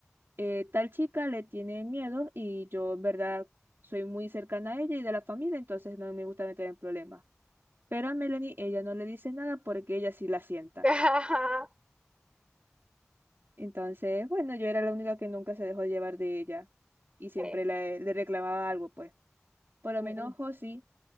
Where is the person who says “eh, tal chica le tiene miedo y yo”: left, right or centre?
Right